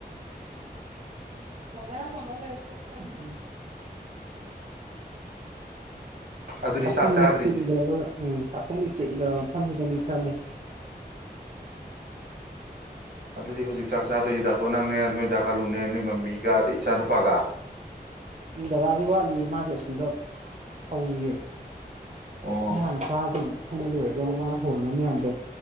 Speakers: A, on the right; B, on the right.
A: <unintelligible>
B: ꯑꯗꯨꯗꯤ
A: ꯄꯥꯈꯣꯡ
B: ꯆꯥꯛ ꯆꯥꯗ꯭ꯔꯤꯁꯦ
A: ꯗ ꯆꯤꯡ ꯗꯔ꯭ꯕꯅꯥ ꯎꯃ ꯁꯛ ꯈꯣꯡꯒꯤ ꯆꯤꯟ ꯒꯥꯔꯥ ꯐꯡꯖꯤꯗꯥ ꯑꯃꯨꯛ ꯆꯥꯡꯎ
B: ꯑꯗꯨꯗꯤ ꯍꯧꯖꯤꯛ ꯆꯥꯛ ꯆꯥꯗꯣꯏꯁꯦ ꯗꯥꯇꯣꯟ ꯅꯝꯅꯦ ꯅꯣꯏꯗꯥ ꯀꯥꯂꯨꯅꯦ ꯅꯣꯏ ꯃꯃꯤꯒ ꯑꯗꯩ ꯏꯆꯥꯅꯨꯄꯥꯒ
A: ꯗꯗꯥꯗꯤ ꯋꯥꯠꯂꯤꯌꯦ ꯃꯥꯗꯤ ꯑꯁꯣꯝꯗ ꯍꯧꯔꯤꯌꯦ
B: ꯑꯣ
A: ꯈꯣꯡ ꯍꯥꯅꯥ ꯆꯥꯗꯣꯏꯅꯦ ꯃꯅꯥ ꯂꯣꯏꯔꯒꯥ ꯃꯅꯥ ꯍꯥꯎꯔꯝꯕ ꯃꯌꯥꯃꯗꯤ